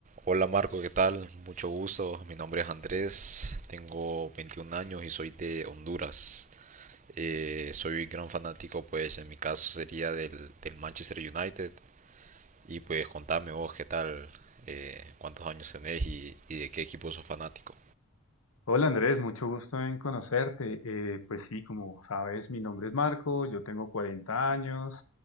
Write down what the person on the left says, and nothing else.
Hola Andrés, mucho gusto en conocerte. Eh, pues sí, como sabes, mi nombre es Marco, yo tengo 40 años,